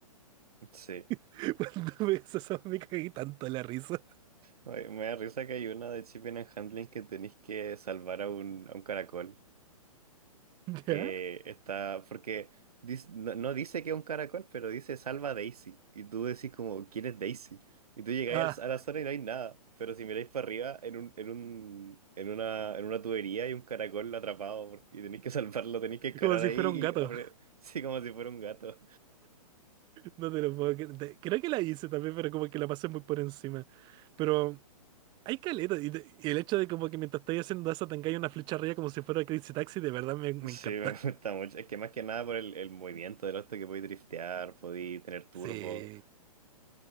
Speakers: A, on the right; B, on the right.
A: sí.
B: <laughs> Cuando ves eso me caí tanto en la risa.
A: Oye, me da risa que hay una de Shipping and Handling que tenéis que salvar a un, a un caracol que
B: ¿Ya?
A: está, porque dis- no, no dice que es un caracol, pero dice salva a Daisy. Y tú decís como, ¿quién es Daisy? Y tú llegáis
B: Ah,
A: al- a la zona y no hay nada. Pero si miráis para arriba, en un, en un, en una, en una tubería hay un caracol atrapado porque, y tenéis que salvarlo, tenéis que escalar
B: como si
A: ahí
B: fuera un gato.
A: y abre, <laughs> sí, como si fuera un gato.
B: No te lo puedo cre- te- Creo que la hice también, pero como que la pasé muy por encima. Pero hay caleta. Y, te- y el hecho de como que mientras estáis haciendo eso tengáis una flecha arriba como si fuera Crazy Taxi, de verdad me, me
A: Sí,
B: encanta.
A: me gusta mucho. Es que más que nada por el, el movimiento del auto que podéis driftear, podéis tener turbo.
B: Sí.